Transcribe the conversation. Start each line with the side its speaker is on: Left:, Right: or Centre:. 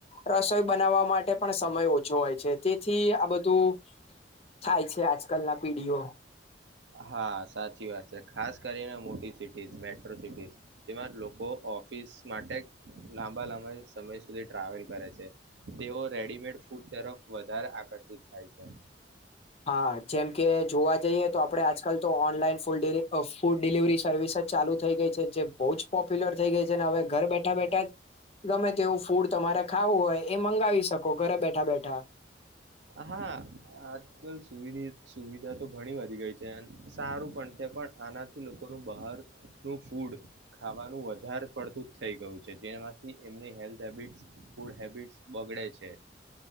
Left: રસોઈ બનાવવા મા માટે પણ સમય ઓછો હોય છે. તેથી આ બધું થાય છે આજકાલ ના પીઢીઓ.
Right: હા સાચી વાત છે ખાસ કરીને મોટી સિટી મેટ્રો સિટી જેમાં લોકો ઓફિસ માટે લાંબા લાંબા સમય સુધી ટ્રાવેલ કરે છે તેઓ રેડીમેડ ફૂડ તરફ વધારે આકર્ષિત થાય છે.
Left: હા જેમકે જોવા જઈએ તો આપણે આજકાલ તો online food food delivery service જ ચાલુ થઈ ગઈ છે જે બહુ જ પોપ્યુલર થઈ ગઈ છે ને હવે. ઘર બેઠા બેઠા જ ગમે તેવું ફૂડ તમારે ખાવું હોય એ મંગાવી શકો ઘરે બેઠા બેઠા.
Right: હા આજકાલ સુધ સુવિધા તો ઘણી વધી ગઈ છે સારું પણ છે પણ આનાથી લોકોનું બહારનું ફૂડ ખાવાનું વધારે પડતું જ થઈ ગયું છે જેમાંથી એમની હેલ્થ હેબિટસ ફૂડ હેબિટસ બગડે છે.